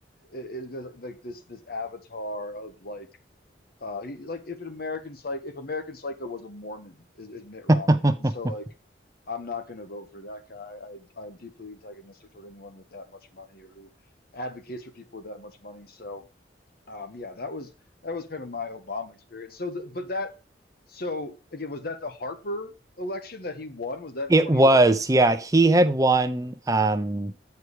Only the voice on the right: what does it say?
<laughs>
It
was. Yeah. He had won. Um,